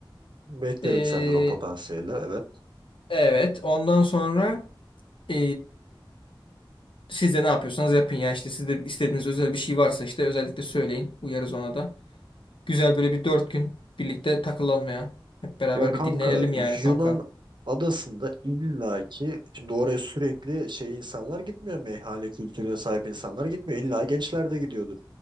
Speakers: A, on the right (about 60°); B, on the left (about 70°).
A: Beklerim
B: Ee,
A: senden o potansiyeli, evet.
B: evet. Ondan sonra ee, siz de ne yapıyorsanız yapın ya. İşte sizde istediğiniz özel bir şey varsa işte özellikle söyleyin. Uyarız ona da. Güzel böyle bir dört gün birlikte takılalım ya. Hep beraber
A: Ya kanka
B: bir dinlenelim yani kanka.
A: Yunan adasında illaki şimdi oraya sürekli şey insanlar gitmiyor meyhane kültürüne sahip insanlar gitmiyor. İlla gençler de gidiyordur.